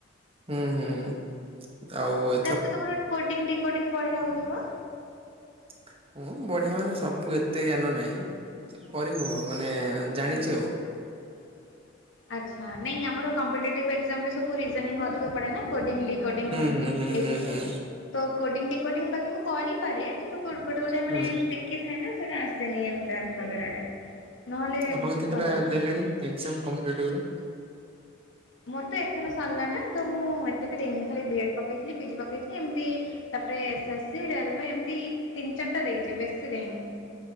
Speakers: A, on the right; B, on the left.
A: ହୁଁ-ହୁଁ। ତାଉ
B: ତାହେଲେ ତ ତମର କୋଡ଼ିଂ ଡିକୋଡିଂ ବଢିଆ ହଉଥିବ?
A: <unintelligible> ବଢିଆ ମାନେ ସବୁ ଏତେ ଜ୍ଞାନ ନାହିଁ କରିହବ ମାନେ ଜାଣିଚି
B: ହୁଁ
A: ଆଉ।
B: ଆଚ୍ଛା ନାଇଁ ଆମର କମ୍ପିଡେଟିବି ଏକ୍ଜାମ୍ ରେ ସବୁ ରିଜେନିଂ ଅଧିକ ପଡେ ନା କୋଡିଂ ଡିକୋଡିଂ
A: ହୁଁ ହୁଁ ହୁଁ
B: ଏ
A: ହୁଁ
B: ସବୁ।
A: ହୁଁ
B: ତ କୋଡିଂ ଡିିକୋଡିଂ ବାକି ମୁଁ କରିପାରେ କିନ୍ତୁ ଗୋଟେ-ଗୋଟେ ମାନେ
A: ହୁଁ
B: କି ଥାଏ ନା ସେଟା ଆସେନି ଏଣ୍ଟ୍ରାସ୍ ରେ ନହେଲେ
A: ଆପଣ କେତେଟା
B: ଭଲ
A: ଦେଲେଣି ଏକ୍ଜାମ୍ କମ୍ପିଡେଟିଭର?
B: ମୋର ତ ଏଥର ସରିଲା ନା ତ ମୁଁ ଏତେ ବି ଦେଇନି ଖାଲି ବି ଏଡ ପକେଇଥିଲି ପିଜି ପକେଇଥିଲି ଏମ୍ତି ତାପରେ ଏସ୍ ଏସ୍ ସି ରେଲୱ ଏମିତି ତିନି ଚାରିଟା ଦେଇଚି ବେଶୀ ଦେଇନି।